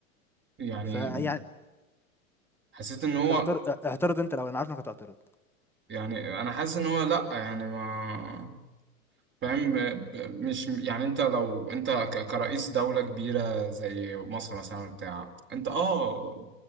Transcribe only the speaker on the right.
يعني
حسيت ان هو
يعني انا حاسس ان هو لا يعني ما فاهم ب- مش يعني انت لو انت ك- كرئيس دولة كبيرة زي مصر مثلا بتاع انت اه